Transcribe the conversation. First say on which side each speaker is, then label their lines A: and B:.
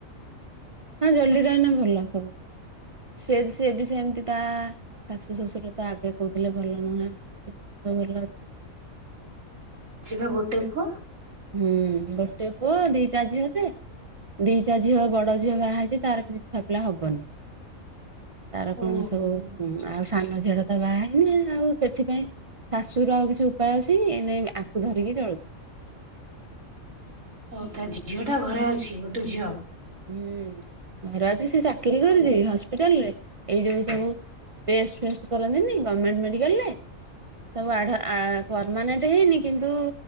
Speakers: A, on the right; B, on the right.
A: ହଁ ଜଲଦି ରହିନା ଭଲ ସବୁ ସେ ସିଏ ବି ସେମିତି ତା ଶାଶୁ ଶ୍ୱଶୁର ତ ଆଗେ କହୁଥିଲେ ଭଲ ନୁହଁ ଭଲ <unintelligible>
B: ସିଏ ବା ଗୋଟେ ପୁଅ
A: ହୁଁ ଗୋଟେ ପୁଅ ଦିଟା ଝିଅ ସେ ଦିଟା ଝିଅ ବଡ ଝିଅ ବାହା ହେଇଛି ତାର କିଛି ଛୁଆ ପିଲା ହବନି ତାର କଣ
B: ଓହୋ
A: ସବୁ ଆଉ ସାନ ଝିଅ ଟା ତ ବାହା ହେଇନି ଆଉ ସେଥିପାଇଁ ଶାଶୁ ର ଆଉ କିଛି ଉପାୟ ଅଛି ଏଇନେ ଆକୁ ଧରିକି ଚଳୁଛି
B: ହଉ ତା ଝିଅ ଟା ଘରେ ଅଛି ଗୋଟେ ଝିଅ
A: ହୁଁ ଘର ଅଛି ସେ ଚାକିରି <unintelligible> ହସ୍ପିଟାଲ ରେ ଏଇ ଯୋଉ ସବୁ ଟେଷ୍ଟ ଫେଷ୍ଟ କରନ୍ତିନି ଗମେଣ୍ଟ ମେଡିକାଲରେ ସବୁ ଆଡ୍ ଆ ପର୍ମାନେଣ୍ଟ ହେଇନି କିନ୍ତୁ